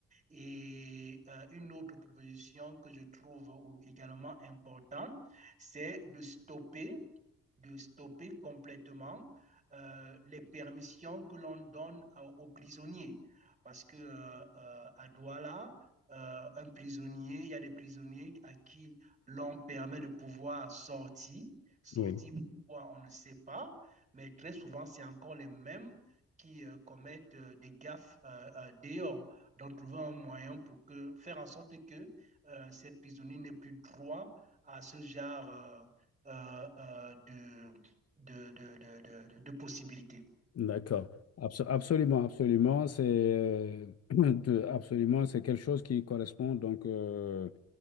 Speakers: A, on the right; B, on the left.
A: Et euh, une autre proposition que je trouve également importante, c'est de stopper, de stopper complètement euh, les permissions que l'on donne à, aux prisonniers. Parce que euh, euh, à Douala, Euh, un prisonnier, il y a des prisonniers à qui l'on permet de pouvoir sortir, sortir
B: Oui,
A: pourquoi on ne sait pas, mais très souvent c'est encore les mêmes qui euh, commettent euh, des gaffes euh, euh, dehors. Donc trouver un moyen pour que, faire en sorte que euh, ces prisonniers n'aient plus droit à ce genre euh, euh, euh, de, de, de, de, de de possibilités.
B: d'accord. Abso- absolument, absolument, c'est euh, <clears throat> de- absolument, c'est quelque chose qui correspond donc euh,